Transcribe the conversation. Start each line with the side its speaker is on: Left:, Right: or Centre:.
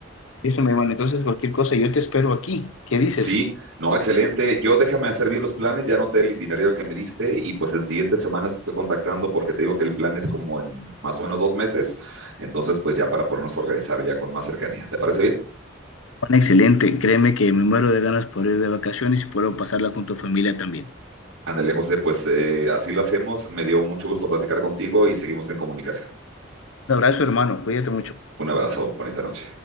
Left: Eso me van, entonces cualquier cosa, yo te espero aquí. ¿Qué dices?
Right: Sí, no, excelente. Yo déjame hacer bien los planes, ya anoté el itinerario que me diste y pues en siguientes semanas te estoy contactando porque te digo que el plan es como en más o menos dos meses, entonces pues ya para ponernos a organizar ya con más cercanía. ¿Te parece bien?
Left: Bueno, excelente. Créeme que me muero de ganas por ir de vacaciones y puedo pasarla con tu familia también.
Right: Ándale, José, pues eh, así lo hacemos. Me dio mucho gusto platicar contigo y seguimos en comunicación.
Left: Un abrazo, hermano. Cuídate mucho.
Right: Un abrazo, bonita noche.